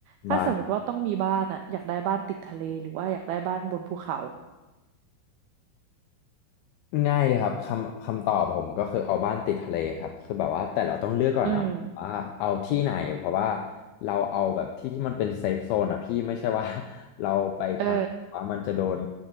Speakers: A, on the right (about 85°); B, on the left (about 85°).
A: ถ้าสมมติว่าต้องมีบ้านอะอยากได้บ้านติดทะเลหรือว่าอยากได้บ้านบนภูเขา
B: ได้ ง่ายเลยครับคำคำตอบผมก็คือเอาบ้านติดทะเลครับคือแบบว่าแต่เราต้องเลือกก่อนนะว่าเอาที่ไหนเพราะว่า
A: อืม
B: เราเอาแบบที่ที่มันเป็นเซฟโซนอ่ะพี่ไม่ใช่ว่า <laughs> เราไปทางว่ามันจะโดน
A: เออ